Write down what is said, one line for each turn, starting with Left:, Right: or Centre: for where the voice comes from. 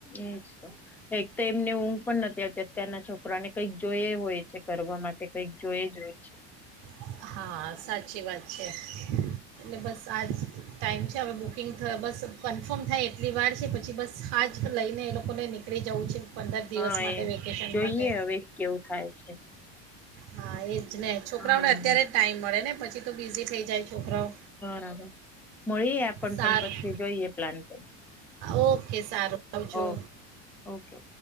Centre: એજ તો, એક તો એમને ઊંઘ પણ નથી આવતી અત્યારના છોકરાને કંઈક જોઈ હોય છે કરવા માટે કંઈક જોય જ હોય છે.
Right: છે હા સાચી વાત છે એટલે બસ આજ ટાઈમ છે હવે બુકિંગ થયો બસ કન્ફર્મ થાય એટલી વાર છે પછી બસ હા જ લઈને એ લોકોને નીકળી જવું છે. પંદર
Centre: હા
Right: દિવસ માટે
Centre: એ
Right: વેકેશન
Centre: જોઈએ
Right: માટે
Centre: હવે કેવું થાય છે.
Right: હા એ જ ને છોકરાઓને
Centre: હા
Right: અત્યારે જ ટાઈમ મળે ને પછી તો બીઝી થઈ જાય છોકરાઓ
Centre: બરાબર મળીએ આપ પણ
Right: સારું
Centre: પછી જોઈએ પ્લાન કરી
Right: ઓકે સારું આવજો
Centre: ઓકે ઓકે ઓકે.